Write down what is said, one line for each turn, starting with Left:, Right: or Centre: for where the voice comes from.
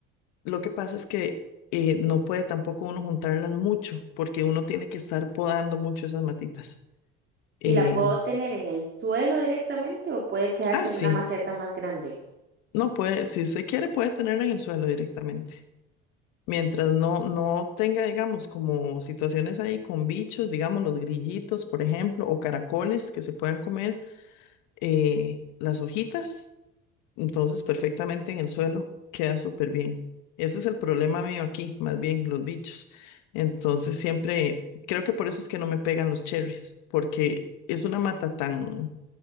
Left: Lo que pasa es que eh, no puede tampoco uno juntarlas mucho, porque uno tiene que estar podando mucho esas matitas. Eh,
Right: y la puedo tener en el suelo directamente o puede quedarse
Left: ah,
Right: en
Left: sí,
Right: una maceta más grande.
Left: no puede, si usted quiere, puede tenerla en el suelo directamente. Mientras no, no tenga, digamos, como situaciones ahí con bichos, digamos, los grillitos, por ejemplo, o caracoles que se puedan comer eh, las hojitas, Entonces, perfectamente en el suelo, queda súper bien. Ese es el problema mío aquí, más bien los bichos. Entonces, siempre, creo que por eso es que no me pegan los cherries, porque es una mata tan,